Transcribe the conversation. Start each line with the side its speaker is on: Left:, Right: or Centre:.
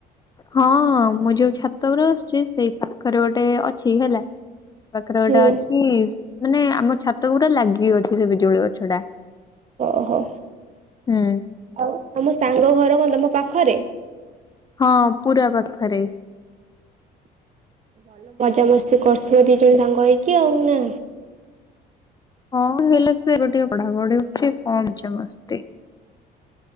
Left: ହଁ ମୁଁ ଯୋଉ ଛାତ ଉପରେ ବସୁଛି ସେଇ ପାଖରେ ଗୋଟେ ଅଛି ହେଲା ପାଖରେ
Right: ହୁଁ
Left: ଗୋଟେ ଅଛି। ମାନେ ଆମ ଛାତ କୁ ପୁରା ଲାଗି କି ଅଛି ସେ ପିଜୁଳି ଗଛ ଟା।
Right: ଓହୋ।
Left: ହୁଁ
Right: ଆଉ ଆମ ସାଙ୍ଗ ଘର କଣ ତମ ପାଖରେ?
Left: ହଁ ପୁରା ପାଖରେ।
Right: ଭଲ ମଜା ମସ୍ତି କରୁଥିବ ଦି ଜଣ ସାଙ୍ଗ ହେଇକି ଆଉ ନା?
Left: ହଁ ହେଲେ ସେବେ ଟିକେ ପଢା ପଢି କରୁଛି କଣ ମଜା ମସ୍ତି।